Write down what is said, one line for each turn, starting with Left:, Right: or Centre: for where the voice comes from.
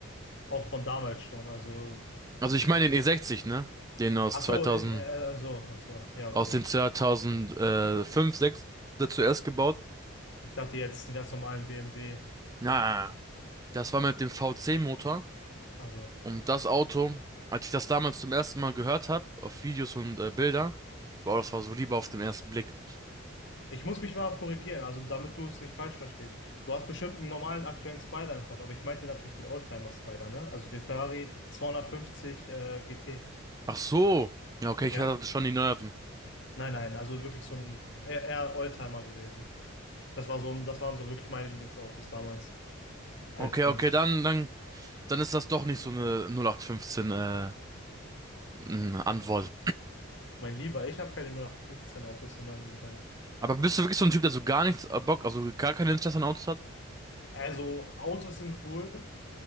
Left: Auch von damals schon. Also.
Right: Also ich meine den e sechzig ne? Den aus
Left: Ach
Right: zweitausend
Left: so, in, äh, so, ach so. Ja,
Right: aus
Left: okay.
Right: den 2005, 6 der zuerst gebaut.
Left: Ich dachte jetzt einen ganz normalen BMW.
Right: Na, das war mit dem v VC-Motor.
Left: Also,
Right: Und das Auto, als ich das damals zum ersten Mal gehört habe, auf Videos und äh, Bilder, boah, das war so lieber auf den ersten Blick.
Left: ich muss mich mal korrigieren, also damit du es nicht falsch verstehst. Du hast bestimmt einen normalen aktuellen Spider im Kopf, aber ich meinte natürlich den Oldtimer Spider, ne? Also den Ferrari 250 äh, GT.
Right: Ach so. Ja, okay, ich
Left: Ja,
Right: hatte schon die neueren.
Left: nein, nein, also wirklich so ein eher eher Oldtimer gewesen. Das war so, das waren so wirklich meine Lieblingsautos damals als
Right: Okay,
Left: Kind.
Right: okay, dann, dann, dann ist das doch nicht so eine 0815 äh, n- Antwort.
Left: Mein Lieber, ich habe keine 0815 Autos in meinen Gedanken.
Right: Aber bist du wirklich so ein Typ, der so gar nichts äh, Bock, also gar kein Interesse an Autos hat?
Left: Also, Autos sind cool.